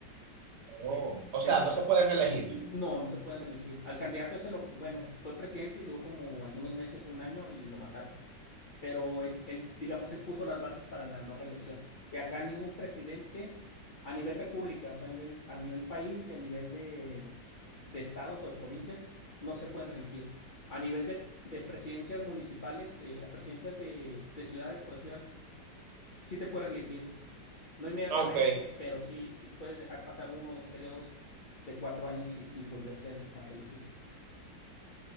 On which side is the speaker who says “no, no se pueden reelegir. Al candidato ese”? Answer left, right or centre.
Left